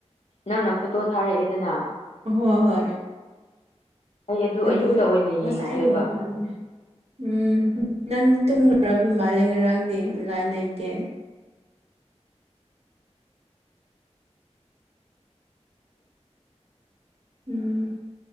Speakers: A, on the left; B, on the right.
A: ꯅꯪꯅ ꯐꯣꯇꯣ ꯊꯥꯔꯛꯑꯦꯗꯅ
B: ꯎꯍꯣ ꯍꯣꯏ
A: ꯑꯩ ꯑꯗꯨ
B: ꯑꯗꯨꯏ
A: ꯑꯌꯨꯛꯇ ꯑꯣꯏꯅ ꯌꯦꯡꯈ꯭ꯔꯦꯕ
B: ꯉꯁꯥꯏ ꯉꯧꯈ꯭ꯔꯕꯅꯦ ꯎꯝ ꯅꯪꯗꯤ ꯇꯨꯝꯈ꯭ꯔꯕ ꯃꯥꯜꯂꯦ ꯉꯔꯥꯡꯗꯤ ꯑꯣꯟꯂꯥꯏꯟ ꯂꯩꯇꯦ ꯎꯝ